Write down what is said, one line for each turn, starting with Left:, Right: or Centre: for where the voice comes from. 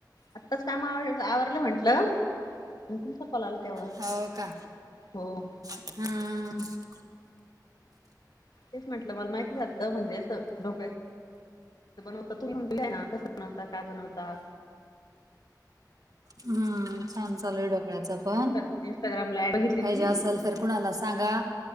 Left: आत्ताच काम आव आवरलं म्हंटलं. <unintelligible> तुमचा कॉल आला तेव्हा.
Right: हो का?
Left: हो.
Right: हा.
Left: तेच म्हटलं, मला माहिती झालतं, म्हणजे असं डोक्यात ते बनवता तुम्ही म्हटल्या ना, कसं बनवता? काय बनवता?
Right: हम्म, छान चालूये ईड. <unintelligible> पण,
Left: इंस्टा इंस्टाग्रामला ऍड बघितली
Right: पाहिजे
Left: होती ना मी
Right: असल तर कुणाला सांगा.